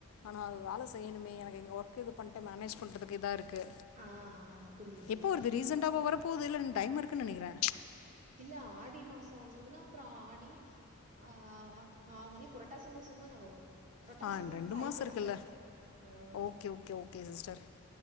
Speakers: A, on the left; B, on the right.
A: ஆனா அது வேலை செய்யணுமே எனக்கு இங்க ஒர்க் கு இது பண்ட்டு மேனேஜ் பண்றதுக்கு இதா இருக்கு
B: ஆ ஆ புரியுது புரியுது
A: எப்போ வருது ரீசண்டாவ வர போ போகது இல்ல டைம் இருக்குன்னு நெனக்கிறே
B: இல்ல ஆடி மாசோ வந்ததுன்னா அப்றோ ஆடி ஆ ஆவணி புரட்டாசி மாசோ தானே வரு புரட்டாசி
A: ஆ
B: முடி
A: ரெண்டு
B: <inaudible>
A: மாசம்
B: ஐப்பசில
A: இருக்குல்ல
B: ம்
A: ஓகே ஓகே ஓகே சிஸ்டர்